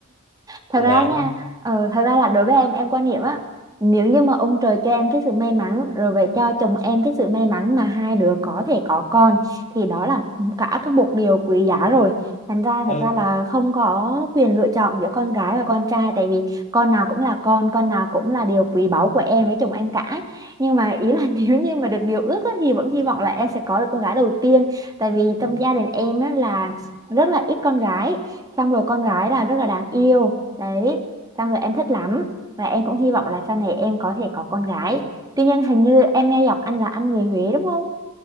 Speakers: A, on the right; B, on the left.
A: thật
B: cũng
A: ra
B: là
A: nha ờ, thật ra là đối với em em quan niệm á nếu như mà ông trời cho em cái sự may mắn rồi về cho chồng em cái sự may mắn mà hai đứa có thể có con thì đó là cả có một điều quý giá rồi thành ra thật
B: ừ
A: ra là không có quyền lựa chọn giữa con gái và con trai tại vì con nào cũng là con con nào cũng là điều quý báu của em với chồng em cả nhưng mà ý là <laughs> nếu như mà được điều ước á, thì vẫn hy vọng là em sẽ có được con gái đầu tiên tại vì trong
B: ừ
A: gia đình em á, là rất là ít con gái xong rồi con gái là rất là đáng yêu Đấy, xong rồi em thích lắm và em cũng hy vọng là sau này em có thể có con gái. Tuy nhiên hình như em nghe giọng anh là anh người Huế đúng không?